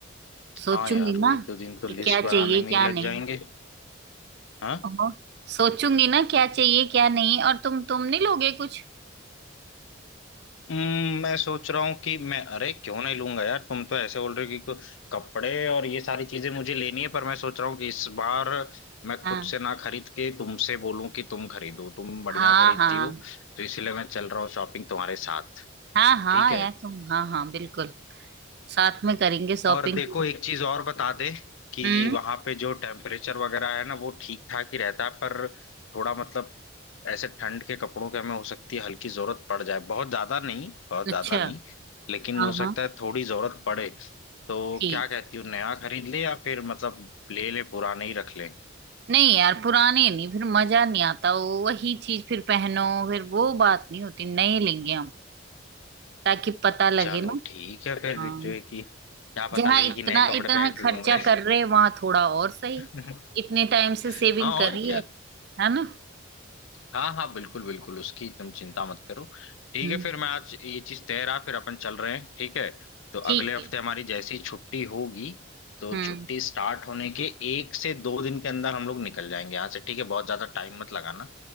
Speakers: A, on the right; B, on the left.
A: सोचूंगी
B: हाँ यार वो
A: ना
B: एक दो दिन तो
A: कि
B: लिस्ट
A: क्या
B: बनाने
A: चाहिए
B: में
A: क्या
B: ही लग
A: नहीं
B: जाएंगे हाँ
A: ओहो, सोचूंगी ना क्या चाहिए क्या नहीं और तुम तुम नहीं लोगे कुछ
B: हम्म, मैं सोच रहा हूँ कि मैं अरे क्यों नहीं लूंगा यार तुम तो ऐसे बोल रहे हो कि को- कपड़े और ये सारी चीजें मुझे लेनी है पर मैं सोच रहा हूँ कि इस बार मैं
A: हाँ
B: खुद से ना खरीद के तुमसे बोलूं कि तुम खरीदो तुम बढ़िया
A: हाँ
B: खरीदती
A: हाँ
B: हो तो इसीलिए मैं चल रहा हूँ शॉपिंग तुम्हारे साथ
A: हाँ हाँ
B: ठीक है
A: यार तुम हाँ हाँ बिल्कुल साथ में करेंगे शॉपिंग
B: और देखो एक चीज और बता दे कि
A: हम्म
B: वहां पे जो टेम्परेचर वगैरह है ना वो ठीक ठाक ही रहता है पर थोड़ा मतलब ऐसे ठंड के कपड़ों के हमें हो सकती है हल्की जरूरत पड़ जाए बहुत ज्यादा नहीं बहुत
A: अच्छा
B: ज्यादा नहीं लेकिन
A: हाँ
B: हो
A: हाँ
B: सकता है थोड़ी जरूरत पड़े तो
A: ठीक
B: क्या कहती हूँ नया खरीद ले या फिर मतलब ले ले पुराने ही रख ले
A: नहीं यार पुराने नहीं फिर मजा नहीं आता वो वही चीज फिर पहनो फिर वो बात नहीं होती नए लेंगे हम ताकि पता लगे
B: चलो
A: ना
B: ठीक है फिर
A: हाँ
B: जो है कि क्या
A: जहाँ
B: पता लगे
A: इतना
B: कि नए कपड़े
A: इतना
B: पहन के
A: खर्चा
B: घूम रहे
A: कर रहे हैं वहां थोड़ा और सही
B: हैं <laughs>
A: इतने टाइम से सेविंग
B: हाँ
A: करी
B: और क्या
A: है है ना
B: हाँ हाँ बिल्कुल बिल्कुल उसकी तुम चिंता मत करो ठीक
A: हम्म
B: है फिर मैं आज ये चीज तय रहा फिर अपन चल रहे हैं ठीक है तो
A: ठीक
B: अगले हफ्ते
A: है
B: हमारी जैसी छुट्टी होगी तो
A: हम्म
B: छुट्टी स्टार्ट होने के एक से दो दिन के अंदर हम लोग निकल जाएंगे यहाँ से ठीक है बहुत ज्यादा टाइम मत लगाना